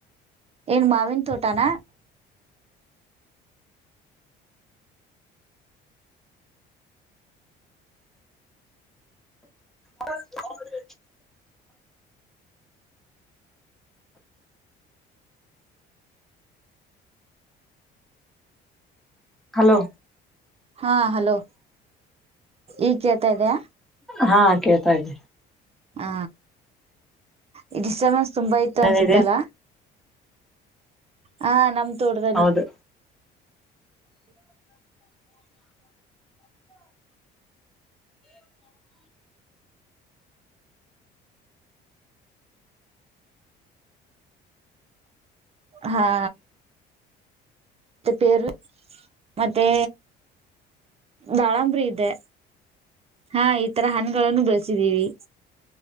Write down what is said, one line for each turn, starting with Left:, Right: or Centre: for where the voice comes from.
Right: ಏನ್ ಮಾವಿನ ತೋಟಾನ
Centre: ಹ ಹಲೋ
Right: ಹಾ ಹಲೋ ಈಗ ಕೇಳ್ತಾ ಇದಯಾ
Centre: ಹಾ ಕೇಳ್ತಾ ಇದ್ದ
Right: ಹಾ ಈ ಡಿಸ್ಟರ್ಬನ್ಸ್ ತುಂಬಾ ಇತ ಅನ್ಸತ್ತಲ್ಲ
Centre: ಏನಿದೆ
Right: ಹಾ ನಮ್ ತೋಟದಲ್ಲಿ
Centre: ಹೌದು
Right: ಹಾ ಮತ್ತ ಪೇರು ಮತ್ತೆ ದಾಳಂಬರಿಿ ಇದೆ ಹಾ ಈ ತರ ಹಣಗಳನ್ನು ಬೆಳಸಿದೀವಿ